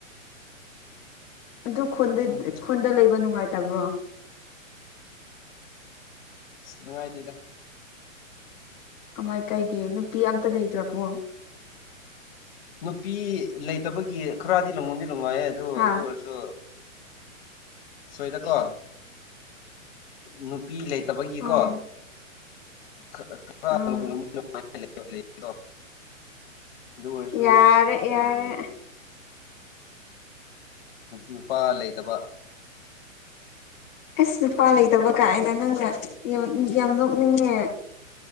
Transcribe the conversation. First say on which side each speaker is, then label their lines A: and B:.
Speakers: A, on the left; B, on the left.
A: ꯑꯗꯨ
B: ꯎꯝ
A: ꯈꯨꯟꯗ ꯂꯩꯕ ꯅꯨꯡꯉꯥꯏꯇꯕ꯭ꯔꯣ
B: ꯅꯨꯡꯉꯥꯏꯇꯦꯗ
A: ꯀꯃꯥꯏ ꯀꯩꯒꯤ ꯅꯨꯄꯤ ꯑꯃꯇ ꯂꯩꯗ꯭ꯔꯕꯣ
B: ꯅꯨꯄꯤ ꯂꯩꯇꯕꯒꯤ ꯈꯔꯗꯤ ꯅꯨꯡꯗꯤ ꯅꯨꯡꯉꯥꯏꯑꯦ ꯑꯗꯨ
A: ꯍꯥ
B: ꯑꯗꯨ ꯑꯣꯏꯔꯁꯨ ꯁꯣꯏꯗꯀꯣ ꯅꯨꯄꯤ ꯂꯩꯇꯕꯒꯤꯀꯣ
A: ꯑꯥ
B: ꯈꯔꯥ
A: ꯎꯝ
B: ꯅꯨꯃꯤꯃꯥꯏ ꯂꯗꯣ ꯑꯗꯨ ꯑꯣꯏꯔꯁꯨ
A: ꯌꯥꯔꯦ
B: ꯎꯝ
A: ꯌꯥꯔꯦ
B: ꯅꯨꯄꯥ ꯂꯩꯇꯕ
A: ꯑꯁ ꯅꯨꯄꯥ ꯂꯩꯇꯕ ꯀꯥꯏꯅ ꯅꯪꯅ ꯌꯥꯝ ꯅꯣꯛꯅꯤꯡꯉꯦ